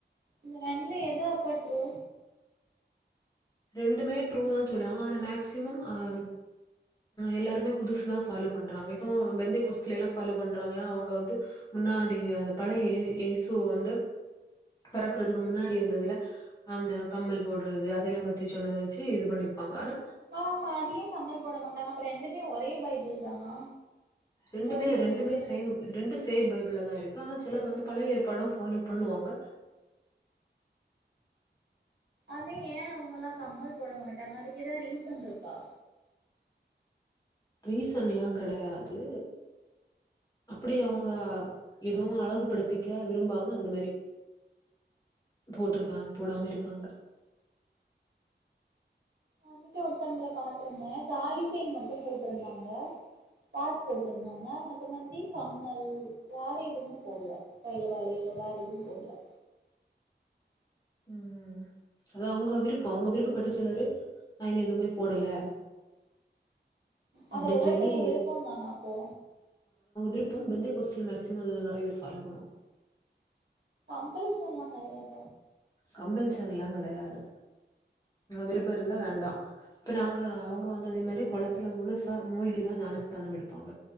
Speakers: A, on the right (about 65°); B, on the left (about 20°).
A: இந்த ரெண்டுல எது அப்பா ட்ரூ
B: ரெண்டுமே ட்ரூதா சொல்லுவாங்க ஆனா மேக்சிமம் அம் எல்லாருமே புதுஸ்தா ஃபாலோ பண்றாங்க இப்போ பெந்தை கொஸ்ல எல்லா ஃபாலோ பண்றாங்கன்னா அவங்க வந்து முன்னாடி அந்த பழய யே யேசு வந்து பெறக்குறதுக்கு முன்னாடி இருந்ததுல அந்த கம்மல் போடுறது அதெல்லாம் பத் பத்தி சொன்னத வெச்சு இது பண்ணிருப்பாங்க ஆனா
A: ஆமா அது ஏ கம்மல் போட மாட்டாங்க அப்ப ரெண்டுமே ஒரே பைபிள் தானா
B: ரெண்டுமே
A: சண்டே கோஸ்பல்
B: ரெண்டுமே சேம் ரெண்டு சேம் பைபிள்ளதா இருக்கு ஆனாச் சிலர் வந்து பல ஏற்பாடு ஃபாலோ பண்ணுவாங்க
A: அதே ஏ அவங்க எல்லா கம்மல் போட மாட்டாங்க அதுக்கு ஏதாவது ரீசன் இருக்கா
B: ரீசன் எல்லாங் கெடையாது அப்படி அவங்க எதுவு அழகுபடுத்திக்க விரும்பாம அந்த மாரி போட்ருக்கா போடாம இருக்காங்க
A: அன்னைக்க ஒருத்தவங்களை பாத்திருந்தேன் தாலிசென் மட்டும் போட்டிருந்தாங்க பாச் போட்டிருந்தாங்க மத்த மாினரி கம்மல் வேற எதுமே போடல வயில வால வேற எதுவும் போடல
B: உம் அதான் அவங்க விருப்பம் அவங்க விருப்பப்பட்ட சிலரு நான் இன எதுவுமே போடல
A: அத
B: அப்படின்னு
A: ஒவ்வொருத்தவங்க
B: சொல்லி,
A: விருப்பம் தானா அப்போ
B: இருப்பம் பெந்தே கோஸ்ட்ல மேக்சிமம் அத நிறைய பேர் ஃபாலோ பண்ணோம்
A: கம்பள சொல்லாம் நிறையாது
B: கம்பல்ஷன் எல்லாம் கிடயாது கிடையாது விருப்பம் இருந்தா வேண்டாம் இப்ப நாங்க அவங்க வந்து அதே மாதிரி குளத்துல முழுசா மூழ்கிதான் ஞானஸ்தானம் எடுப்பாங்க